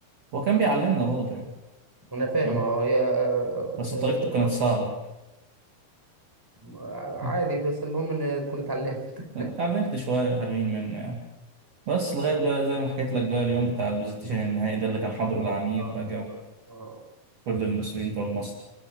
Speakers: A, on the right (about 45°); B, in the centre.
A: هو كان بيعلمنا برضه يعني
B: انا فاهم
A: فاهم
B: اه هي آه
A: بس
B: آه
A: طريقته كانت
B: م-
A: صعبة
B: م- عادي
A: <laughs>
B: بس المهم ان تكون اتعلمت
A: اتعلمت شوية حلوين منه يعني بس لغاية بقى زي ما حكيت لك بقى اليوم بتاع البوزيشن النهائي ده اللي كان حاضره العميد
B: <laughs> اه
A: بقى
B: اه آه.
A: وكل المسؤولين بتوع المصنع